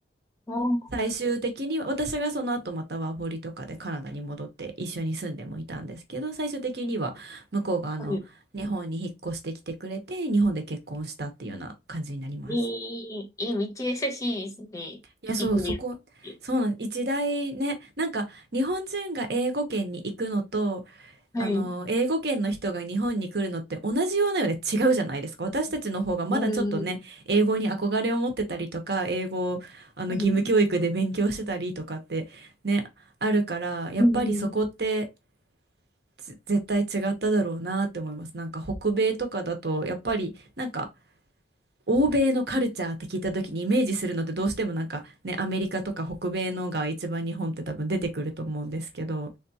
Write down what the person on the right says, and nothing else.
最終的には、私がその後またワーホリとかでカナダに戻って一緒に住んでもいたんですけど、最終的には向こうがあの、
日本に引っ越してきてくれて、日本で結婚したっていうような感じになります。
いや、
そう、そこ、そうなん、一大ね、なんか日本人が英語圏に行くのと、
あの、英語圏の人が日本に来るのって同じようなようで違うじゃないですか。私たちの方がまだちょっとね、
英語に憧れを持ってたりとか、英語をあの義務教育で勉強してたりとかってね、
あるから、やっぱりそこって
ぜ絶対違っただろうなって思います。なんか北米とかだと、やっぱりなんか欧米のカルチャーって聞いた時にイメージするのってどうしてもなんかね、アメリカとか北米のが一番日本って多分出てくると思うんですけど、